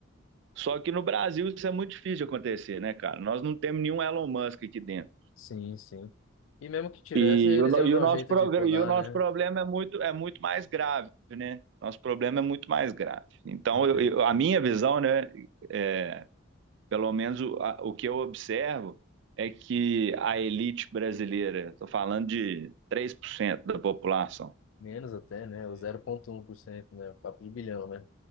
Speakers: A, on the right; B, on the left.
A: Só que no Brasil isso é muito difícil de acontecer, né, cara? Nós não temos nenhum Elon Musk aqui dentro.
B: Sim, sim. E mesmo que tivesse,
A: E
B: eles
A: o, no-
B: iam
A: e
B: dar
A: o nosso,
B: um jeito
A: progr-
B: de podar,
A: e o nosso
B: né?
A: problema é muito, é muito mais grave, né? Nosso problema é muito mais grave. Então,
B: Entendo,
A: eu- eu-
B: entendo.
A: a minha visão, né, é, Pelo menos o, a- o que eu observo é que a elite brasileira, estou falando de 3% da população,
B: Menos até, né? O 0,1%, né? Papo de bilhão, né?